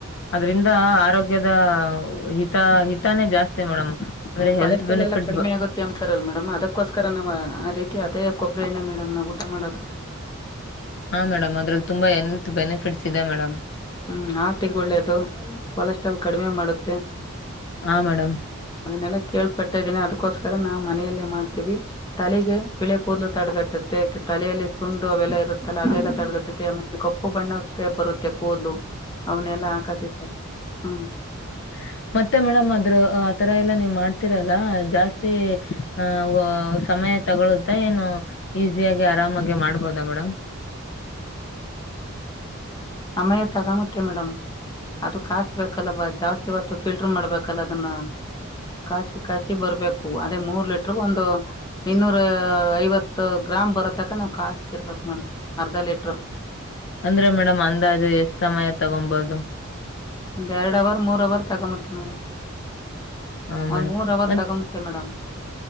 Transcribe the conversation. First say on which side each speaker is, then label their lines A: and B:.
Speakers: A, on the left; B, on the left.
A: ಅದ್ರಿಂದ ಆರೋಗ್ಯದ ಹಿತ ಹಿತಾನೇ ಜಾಸ್ತಿ ಮೇಡಮ್. ಅಂದ್ರೆ
B: ಕೊಲೆಸ್ಟ್ರಲ್
A: ಹೆಲ್ತ್ ಬೆನಿಫಿಟ್ಸ್
B: ಎಲ್ಲ ಕಡಿಮೆ ಆಗುತ್ತೆ. ರಲ್ಲ ಮೇಡಮ್ ಅದಕ್ಕೋಸ್ಕರ ನಾವು ಆ ರೀತಿ ಅದೇ ಕೊಪ್ರಿ ಎಣ್ಣೆ ಮೇಡಮ್ ನಾವು ಊಟ ಮಾಡೋದು.
A: ಹಾ ಮೇಡಮ್ ಅದ್ರಲ್ಲಿ ತುಂಬಾ ಎಲ್ತ್ ಬೆನಿಫಿಟ್ಸ್ ಇದೆ ಮೇಡಮ್.
B: ಹ್ಮ್ ಆರ್ಟಿಗ್ ಒಳ್ಳೇದು ಕೊಲೆಸ್ಟ್ರಾಲ್ ಕಡಿಮೆ ಮಾಡುತ್ತೆ.
A: ಹಾ ಮೇಡಮ್
B: ಅದನ್ನೆಲ್ಲ ಕೇಳ್ಪಟ್ಟ್ದೀನಿ ಅದಕ್ಕೋಸ್ಕರ ನಾ ಮನೆಯಲ್ಲೇ ಮಾಡ್ತೀವಿ. ತಲಿಗೆ ಬಿಳೆ ಕೂದಲು ತಡಗಟ್ಟುತ್ತೆ ತಲೆಯಲ್ಲಿ ಸುಂಡು ಅವೆಲ್ಲ ಇರುತ್ತಲ್ಲಾ ಅದೆಲ್ಲಾ ತಡೆಗಟ್ಟೆ ಆಮೆ ಕಪ್ಪು ಬಣ್ಣಕ್ಕೆ ಬರುತ್ತೆ ಕೂದ್ಲು ಅವನೆಲ್ಲಾ ಹಾಕತಿದ್ರೆ ಹ್ಮ.
A: ಹ ಮತ್ತೆ ಮೇಡಮ್ ಅದ್ರ ಆತರ ಎಲ್ಲ ನೀವ್ ಮಾಡ್ತಿರಲ್ಲ ಜಾಸ್ತಿ ಆ ಸಮಯ. ತಗೊಳ್ಳುತ್ತಾ ಏನು ಈಸಿಯಾಗಿ ಆರಾಮಾಗಿ ಮಾಡ್ಬೋದಾ ಮೇಡಮ್.
B: ಸಮಯ ತಗಮುತ್ತೆ ಮೇಡಮ್. ಅದು ಕಾಸ್ಬೇಕಾಲ ಬಾ ಜಾಸ್ತಿ ಹೊತ್ತು ಫಿಲ್ಟರ್ ಮಾಡ್ಬೇಕಲ್ಲ ಅದುನ್ನ. ಕಾಸಿ ಕಾಸಿ ಬರ್ಬೇಕು ಅದೆ ಮೂರ್ ಲೀಟರ್ಗೆ ಒಂದು. ಇನ್ನೂರ ಐವತ್ತು ಗ್ರಾಮ್ ಬರೋ ತಕ ನಾವ್ ಕಸ್ತಿ ಇರ್ಬೇಕ್ ಮೇಡಮ್ ಅರ್ಧ ಲೀಟರು.
A: ಅಂದ್ರೆ ಮೇಡಮ್ ಅಂದಾಜು ಎಷ್ಟ್ ಸಮಯ ತಗೋಬೋದು.
B: ಒಂದ್ ಎರಡ್ ಅವರ್ ಮೂರ್ ಅವರ್ ತಗೊಮುತ್ತೆ ಮೇಡಮ್
A: ಹಾ ಮೇಡಮ್
B: ಒಂದ್ ಮೂರ್ ಅವರ್
A: ಮತ್
B: ತಗೊಮುತ್ತೆ ಮೇಡಮ್.